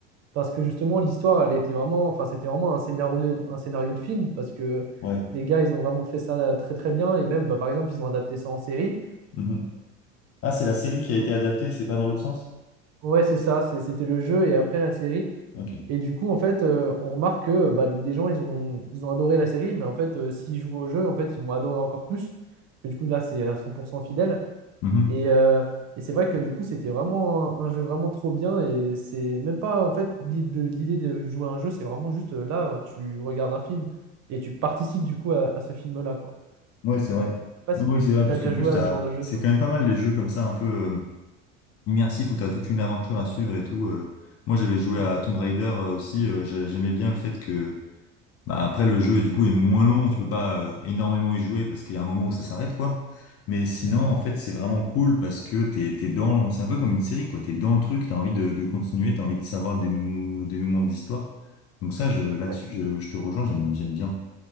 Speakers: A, on the right; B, on the left.
A: Parce que justement, l'histoire, elle était vraiment, enfin, c'était vraiment un scénario, un scénario de film, parce que
B: Ouais.
A: les gars, ils ont vraiment fait ça très très bien. Et même, bah, par exemple, ils ont adapté ça en série.
B: Mhm. Ah, c'est la série qui
A: Donc,
B: a été adaptée, c'est pas dans l'autre sens?
A: ouais, c'est ça, c'est- c'était le jeu et après la série.
B: Ok.
A: Et du coup, en fait, euh, on remarque que bah, des gens, ils ont, ils ont adoré la série, mais en fait, euh, s'ils jouent au jeu, en fait, ils vont adorer encore plus. Parce que du coup, là, c'est à 100% fidèle.
B: Mhm.
A: Et, euh, et c'est vrai que du coup, c'était vraiment un, un jeu vraiment trop bien. Et c'est même pas, en fait, l'i- de- l'idée de jouer à un jeu, c'est vraiment juste euh, là, euh, tu regardes un film et tu participes du coup à, à ce film-là, quoi.
B: Ouais, c'est vrai.
A: Euh, je sais pas
B: Non,
A: si,
B: oui, c'est vrai,
A: si t'as
B: puisqu'en
A: déjà
B: plus,
A: joué
B: t'as...
A: à ce genre de jeu,
B: c'est
A: toi.
B: quand même pas mal les jeux comme ça, un peu euh, immersifs, où tu as toute une aventure à suivre et tout. euh. Moi, j'avais joué
A: Mm.
B: à Tomb Raider euh, aussi. euh, j'ai- j'aimais bien le fait que, bah, après, le jeu, du coup, est moins long. Tu peux pas euh, énormément y jouer parce qu'il y a un moment où ça s'arrête, quoi. Mais sinon,
A: Mhm.
B: en fait, c'est vraiment cool parce que t'es, t'es dans... C'est un peu comme une série, quoi. T'es dans le truc, t'as envie de, de continuer, t'as envie de savoir le dénou... le dénouement de l'histoire. Donc ça, je... là-dessus,
A: Ouais,
B: je... je te rejoins, j'aime j'aime bien.